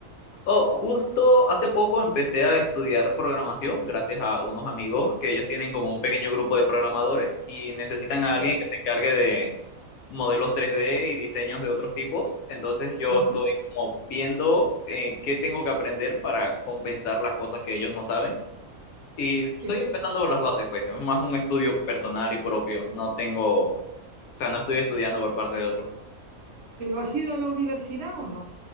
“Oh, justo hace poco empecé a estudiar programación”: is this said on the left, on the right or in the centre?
Left